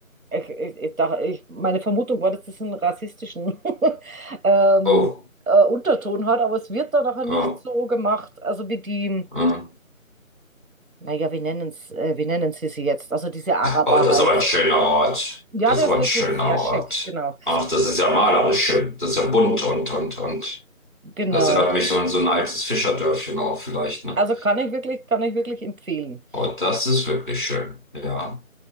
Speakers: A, on the right; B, on the left.
A: ich, ich, ich, dachte- ich, meine Vermutung war, dass das einen rassistischen <laughs> ähm,
B: Oh.
A: äh, Unterton hat, aber es wird da nachher nicht
B: ähm,
A: so gemacht, also wie die,
B: Hm.
A: naja, wie nennen es, äh, wie nennen sie sie jetzt? Also diese Araber
B: Oh, das
A: halt.
B: ist aber ein schöner Ort.
A: Ja,
B: Das
A: der
B: ist aber
A: ist
B: ein
A: wirklich
B: schöner
A: sehr
B: Ort.
A: schick, genau.
B: Ach, das ist ja malerisch schön. Das ist ja bunt und, und, und.
A: Genau.
B: Das erinnert mich so an so ein altes Fischerdörfchen auch vielleicht, ne?
A: Also kann ich wirklich, kann ich wirklich empfehlen.
B: Oh, das ist wirklich schön. Ja.